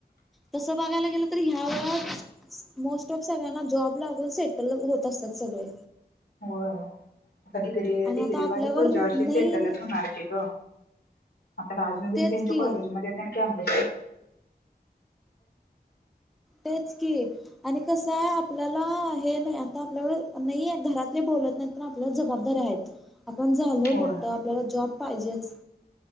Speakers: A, in the centre; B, on the left.
A: तसं बघायला गेलं तर ह्या वेळात मोस्ट ऑफ सगळ्यांना जॉब लागून सेटल होत असतात सगळे
B: होय आता डिग्री
A: आणि
B: डिग्री
A: आता आपल्यावर
B: वाली पुढच्या वर्षी
A: नाही
B: सेटलच होणार की ग आता राजनंदनी
A: तेच
B: त्यांच्या
A: की
B: कॉलेजमध्ये तेन कणी <unintelligible>
A: तेच की आणि कसं आहे आपल्याला हे नाही ते आपल्या नाही घरातले बोलत नाही तर आपल्या जबाबदारी आहेत आपण झालोय
B: होय
A: मोठं आपल्याला जॉब पाहिजेच